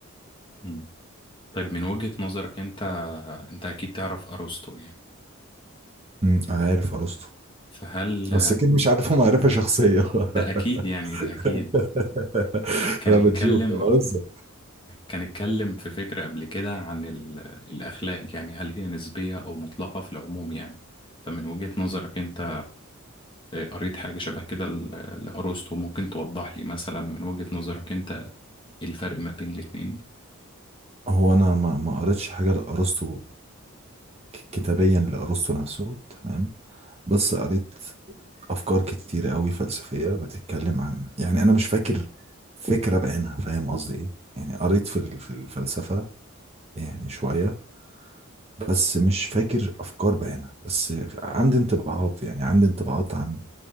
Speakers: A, on the left; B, on the right.
A: مم. طيب من وجهة نظرك انت انت اكيد تعرف ارسطو يعني
B: مم، عارف أرسطو
A: فهل
B: بس أكيد مش عارفه معرفة شخصية
A: ده
B: <laughs>
A: اكيد يعني ده اكيد
B: <laughs>
A: كان
B: انا بتجوك
A: اتكلم
B: يا بهزر
A: كان اتكلم في فكرة قبل كده عن ال- الأخلاق يعني هل هي نسبية أو مطلقة في العموم يعني فمن وجهة نظرك أنت آه، قريت حاجة شبه كده ل- لأرسطو ممكن توضح لي مثلا من وجهة نظرك أنت إيه الفرق ما بين الاتنين
B: هو انا ما ما قريتش حاجه لارسطو كتابيا لارسطو نفسه تمام بس قريت افكار كتير قوي فلسفيه بتتكلم عن يعني انا مش فاكر فكره بعينها فاهم قصدي ايه يعني قريت في ال- في الفلسفه يعني شويه بس مش فاكر افكار بعينها بس عندي انطباعات يعني عندي انطباعات عن